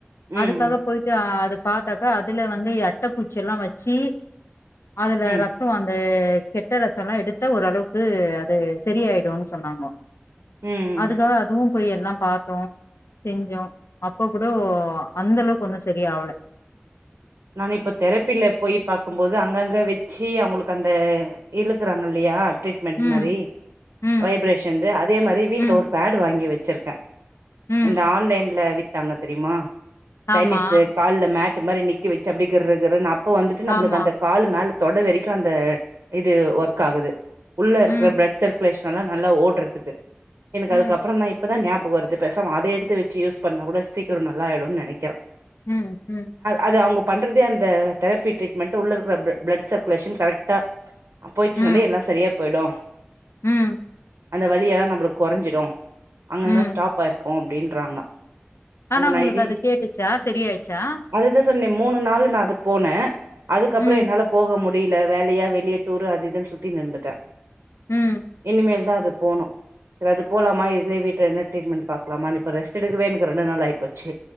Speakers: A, on the right; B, on the left.
A: ம்
B: அதுக்காக போயிட்டு அது பாத்தாக்கா அதுல வந்து அட்டப்பூச்சி எல்லா வச்சு அதுல
A: ம்
B: ரா து அந்த கெட்ட ரத்தொல்லா எடுத்தா ஓரளவ்க்கு அது செரியாயிடுன் சொன்னாங்கொ
A: ம்
B: அதுக்காக அதுவு போய் எல்லா பாத்தோ செஞ்சோ அப்ப கூடோ அந்த அளவ்க்கு ஒன்னு சரியாவுல
A: நானிப்ப தெரப்பில்ல போய் பாக்கும்போது அங்கங்க வச்சி அவுங்களுக்கந்த இழுக்குறாங்கல்லியா ட்ரீட்மெண்ட்
B: ம்
A: மாரி
B: ம்
A: வைப்ரேஷன்து அதே மாரி வீட்ல
B: ம்
A: ஒரு பேடு வாங்கி வச்சிருக்கே
B: ம்
A: இந்த ஆன்லைன்ல வித்தாங்க தெரிமா சைனீஸ்து
B: ஆமா
A: கால்ல மேட்டு மாரி நிக்க வச்சு அப்டி கிர்ரு கிர்ருன் அப்ப வந்துட்டு நம்ளுக்கு
B: ஆமா
A: அந்த கால மேல தொட வரைக்கு அந்த இது ஒர்க் ஆகுது உள்ள இருக்குற
B: ம்
A: பிளட் சர்குலேஷ ன்லா நல்லா ஓட்றதுக்கு எனக்கு
B: ம்
A: அதுக்கப்றொந்தா இப் பதா ஞாபக வருது பேசாம அத எடுத்து வச்சு யூஸ் பண்ணா கூட சீக்கிரொ நல்லாயிடுன் நெனக்கிறே
B: ம் ம்
A: அது அவுங்க பண்றதே அந்த தெரபி ட்ரீட்மெண்ட்டு உள்ள இருக்குற ப்ள‌ ப்ளட் சர்குலேஷன் கரெக்டா போயிச்சுனாலே
B: ம்
A: எல்லா சரியா போய்டு
B: ம்
A: அந்த வலியெல்லா நம்பளுக் கொறஞ்சிடு அங்கங்க
B: ம்
A: ஸ்டாப் ஆயிருக்கு அப்டின்றாங்க
B: ஆனா
A: அப்ப நா
B: உங்களுக்
A: இது
B: அது கேட்டுச்சா செரி ஆயிச்சா?
A: அதுதா சொன்னே மூணு நாளு நா அது போனே அதுக்கப்றொ
B: ம்
A: என்னால போக முடியில வேலயா வெளிய டூரூ அது இதுன் சுத்தின் இருந்துட்டே
B: ம்
A: இனிமேல்தா அது போனு செர் அது போலாமா இதுலே வீட்ல எதுனா ட்ரீட்மென்ட் பாக்லாமானு இப்ப ரெஸ்ட் எடுக்கவே எனக்கு ரெண்டு நாள் ஆய் போச்சு